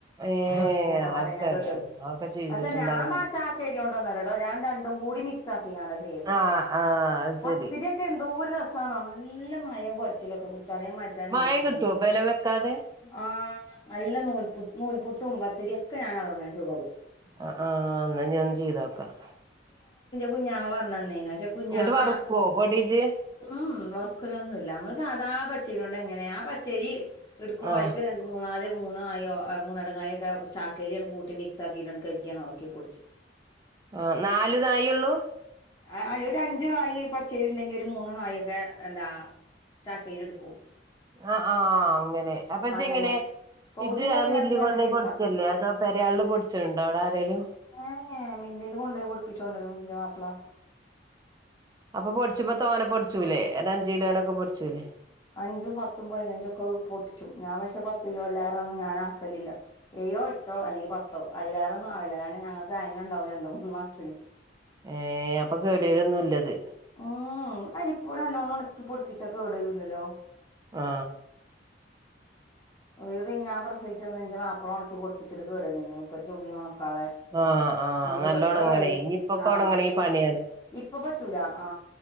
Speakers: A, on the right; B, on the left.
A: ഏഹ്
B: ഞ്ചേ വല്ലിമ്മെക്കെ പറയ്ണെ
A: ആർക്കറിയാം
B: ഞാൻ കേട്ട്ക്
A: അതൊക്കെ ചെയ്തിട്ടുണ്ടാവും
B: പക്ഷെ ഞാൻ പാ ചാക്കയ്രിയോണ്ടൊന്നല്ലട്ടോ ഞാൻ രണ്ടും കൂടി മിക്സ് ആ ആക്കിക്കാണ്ടാചെയ്യല്
A: ആഹ് ആഹ് അത്
B: പത്തിരിക്കെ
A: ശരി
B: എന്തോ ഒരു രസാന്നോ നല്ലമ്മയം കൊയ അതേമാരിയ്ക്ക നൂൽപുട്ടും
A: മയം കിട്ടുവോ ബലം വെക്കാതെ
B: ആ നല്ല നൂൽപ്പു നൂപട്ടും വ ശരിയൊക്കെ ഞാൻ അതു കൊണ്ടാ ണ് ചുടല്
A: അ ആ എന്ന ഞാൻ ചെയ്തോക്കണം
B: കുഞ്ഞാമ പറഞ്ഞേനെയ്നി പക്ഷേ കുഞ്ഞാമ
A: ഇങ്ങട്ട് വറുക്കുവോ പൊടിജ്
B: ഉം ഉം ക്കൊനുന്നൂല്യ നമ്മള് സാധാ പച്ചേരി കൊണ്ട് എങ്ങനെ ആ പച്ചേരി എടുക്കുമ്പോ
A: ആ
B: അയിക്ക് രൺ മൂന്നാല്ല് മൂന്നായോ അ മൂന്നടങ്ങായൊക്കെ ചാക്കേരിയകൂട്ടി മിക്സ് ആക്കിയിട്ട് കൈക്കി ഒണക്കിപൊടിച്ച്
A: ആ നാല് നായ്യ്ള്ളൂ
B: അ അ ഒരു അഞ്ചു നായി പച്ചേരി ഉണ്ടെങ്കില്ലു ഒരു മൂന്ന് നായി ഒക്കെ എന്താ ചാക്കരിടുക്കും
A: അ ആ അങ്ങനെ അപ്പൊച്ചങ്ങനെ
B: അങ്ങനെ പൗതിയും
A: ഇജ്
B: പൗതിയാണെങ്കി
A: മില്ലി കൊണ്ട
B: അങ്ങനെ എടുക്കാം
A: പൊടിച്ചല്ലേ അതോ പെരയാള് പൊടിച്ചേണ്ടോ അവിടെ ആരെലും
B: ഏ മില്ലില് കൊണ്ടോയ്യി പൊടിപ്പിച്ചോടോരും ന്റെമാപ്പള.
A: അപ്പൊ പൊടിച്ച്ഭം തോനെ പൊടിച്ചൂല്ലേ എന്ന അഞ്ച് കിലോനൊക്കെ പൊടിച്ചൂല്ലേ
B: അഞ്ചും പത്തും പതിനൻഞ്ചോക്കെ ക്കെ ഒ പൊടിച്ചു ഞാൻ പക്ഷെ പത്ത് കിലോ എല്ലാരരും ഞാൻ ആക്കലില്ല എ യോ എട്ടോ അല്ലെങ്കിൽ പത്തോ അയില്ലേറോന്നും ആവില്ല ഞാന് ഞങ്ങൾക്ക് അതിന ഉണ്ടാവും രണ്ട് മൂന്നു മാസത്തിനു മാസത്തിന്
A: ഏ അപ്പം കേടവരൊന്നുംല്ലത്
B: ഉം അരിപ്പൊടി നല്ലോണം ഉണക്കി പൊടിപ്പിച്ചാ കേടരൂല്ലലോ
A: ആ
B: ഒഴിരു ഞാൻ പ്രസയിച്ചു കെടന്ന്ന്റെ മാപ്പള ഉണക്കി പൊടിപ്പിച്ചിട്ട് കേടീനീന് മുപ്പര് ചൊ ക്കതെ
A: ആ ആ
B: അന്ന്
A: നല്ല
B: വെറുതെ
A: ഒണങ്ങണേ ഇനിയിപ്പൊക്കെ
B: ആ ആ
A: ഒണങ്ങണെങ്കി പണിയാണ്
B: ഇപ്പ പറ്റൂല ആ